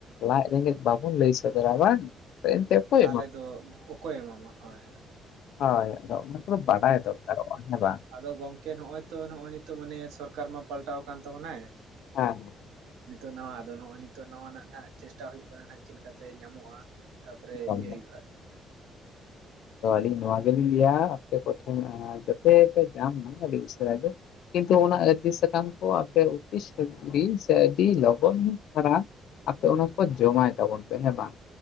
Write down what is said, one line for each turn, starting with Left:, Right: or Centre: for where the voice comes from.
Left: ᱞᱟᱡ ᱨᱮᱸᱜᱮᱡ ᱵᱟᱵᱚᱱ ᱞᱟᱹᱭ ᱥᱚᱫᱚᱨᱟ ᱵᱟᱝ ᱛᱚ ᱮᱱᱛᱮ ᱚᱠᱚᱭ
Right: ᱛᱟᱦᱚᱞᱮ ᱫᱚ ᱚᱠᱚᱭ ᱮᱢᱟᱢᱟ ᱦᱚᱭ ᱦᱚᱭ
Left: ᱦᱚᱭ ᱟᱫᱚ ᱚᱱᱟ ᱠᱚᱫᱚ ᱵᱟᱰᱟᱭ ᱫᱚᱨᱠᱟᱨᱚᱜᱼᱟ ᱦᱮᱸ ᱵᱟᱝ᱾
Right: ᱟᱫᱚ ᱜᱚᱝᱠᱮ ᱱᱚᱜ-ᱚᱭ ᱛᱚ ᱱᱚᱜ-ᱚᱭ ᱱᱤᱛᱚᱜ ᱢᱟᱱᱮ ᱥᱚᱨᱠᱟᱨ ᱢᱟ ᱯᱟᱞᱴᱟᱣ ᱠᱟᱱ ᱛᱟᱵᱚᱱᱟᱭ᱾
Left: ᱦᱮᱸ
Right: ᱱᱤᱛᱚᱜ ᱱᱟᱣᱟ ᱟᱫᱚ ᱱᱚᱜᱼᱚᱭ ᱱᱤᱛᱚᱜ ᱱᱟᱣᱟ ᱱᱟᱦᱟᱜ ᱪᱮᱥᱴᱟ ᱦᱩᱭᱩᱜ ᱠᱟᱱᱟ ᱱᱟᱦᱟᱜ᱾ ᱪᱮᱫ ᱞᱮᱠᱟ ᱛᱮ ᱧᱟᱢᱚᱜ-ᱟ ᱛᱟᱨ ᱯᱚᱨᱮ
Left: ᱮᱠᱫᱚᱢ
Right: ᱤᱭᱟᱹ ᱦᱩᱭᱩᱜ-ᱟ᱾
Left: ᱦᱚᱭ ᱟᱹᱞᱤᱧ ᱱᱚᱣᱟ ᱜᱮᱞᱤᱧ ᱞᱟᱹᱭᱟ ᱟᱯᱮ ᱠᱚᱴᱷᱮᱱ᱾ ᱡᱟᱛᱮ ᱯᱮ ᱡᱟᱢ ᱢᱟ ᱟᱹᱰᱤ ᱩᱥᱟᱹᱨᱟᱭ ᱜᱮ ᱠᱤᱱᱛᱩ ᱚᱱᱟ ᱟᱹᱨᱡᱤ ᱥᱟᱠᱟᱢ ᱠᱚ ᱟᱯᱮ ᱚᱯᱤᱥ ᱥᱮ ᱟᱹᱰᱤ ᱞᱚᱜᱚᱱ ᱫᱷᱟᱨᱟ ᱟᱯᱮ ᱚᱱᱟ ᱠᱚ ᱡᱚᱢᱟᱭ ᱛᱟᱵᱚᱱ ᱯᱮ ᱦᱮᱸ ᱵᱟᱝ᱾